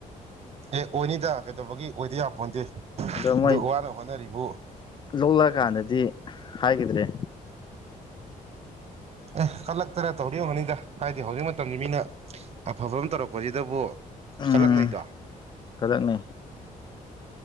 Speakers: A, on the right (about 45°); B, on the left (about 30°).
A: ꯑꯦ ꯑꯣꯏꯅꯤꯗ ꯀꯩꯗꯧꯕꯒꯤ ꯑꯣꯏꯗ ꯌꯥꯕꯄꯣꯟꯗꯦ
B: ꯑꯗꯣ
A: ꯑꯗꯨ
B: ꯃꯣꯏ
A: ꯋꯥꯅ ꯍꯣꯠꯅꯔꯤꯕ
B: ꯂꯣꯛꯂꯛꯑꯀꯥꯟꯗꯗꯤ ꯍꯥꯏꯈꯤꯗ꯭ꯔꯦ
A: ꯑꯦ ꯀꯜꯂꯛꯇꯅ ꯇꯧꯔꯤ ꯌꯒꯅꯤꯗ ꯍꯥꯏꯗꯤ ꯍꯧꯖꯤꯛ ꯃꯇꯝꯁꯤ ꯃꯤꯅ ꯑꯐꯕ ꯑꯃ ꯇꯧꯔꯛꯄꯁꯤꯗꯕꯨ
B: ꯎꯝ
A: ꯀꯜꯂꯛꯅꯩꯗꯣ
B: ꯈꯗꯛꯅꯤ